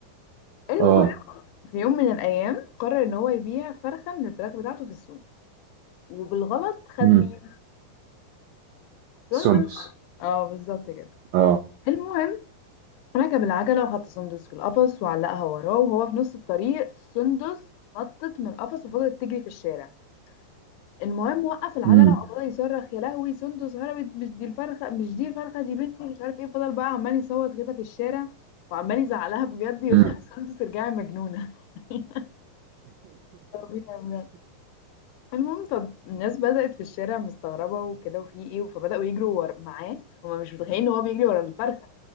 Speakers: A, on the left (about 80°); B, on the right (about 85°).
A: المهم
B: اه
A: في يوم من الايام قرر ان هو يبيع فرخة من الفراخ بتاعته في السوق وبالغلط خد
B: امم
A: مين سندس
B: سندس
A: اه بالظبط كده
B: اه
A: المهم ركب العجلة وحط سندس في القفص وعلقها وراه وهو في نص الطريق سندس نطت من القفص وفضلت تجري في الشارع المهم وقف العجله
B: امم
A: وفضل يصرخ يا لهوي سندس هربت مش دي الفرخه مش دي الفرخه دي بنتي مش عارف ايه فضل بقى عمال يصوت كده في الشارع وعمال يزعلها بجد يقول
B: امم
A: لها <laughs> سندس ارجعي مجنونه <laughs> طبيعي بجد المهم طب الناس بدأت في الشارع مستغربة وكده وفي ايه فبدأوا يجروا ور... معاه هما مش متخيلين ان هو بيجري ورا الفرخة